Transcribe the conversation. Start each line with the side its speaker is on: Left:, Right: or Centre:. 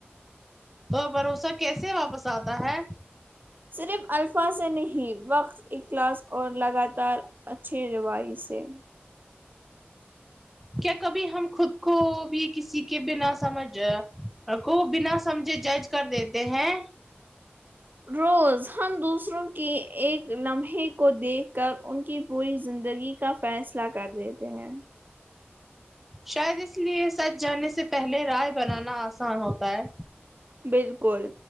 Centre: تو بھروسہ کیسے واپس آتا ہے
Right: صرف الفاظ سے نہیں وقت اخلاص اور لگاتار اچھے روی سے
Centre: کیا کبھی ہم خود کو بھی کسی کے بنا سمجھ آپکو بنا سمجھے جج کر دیتے ہیں
Right: روز ہم دوسروں کے ایک لمحے کو دیکھ کر ان کی پوری زندگی کا فیصلہ کر دیتے ہیں
Centre: شاید اس لیے سچ جانے سے پہلے رائے بنانا آسان ہوتا ہے
Right: بالکل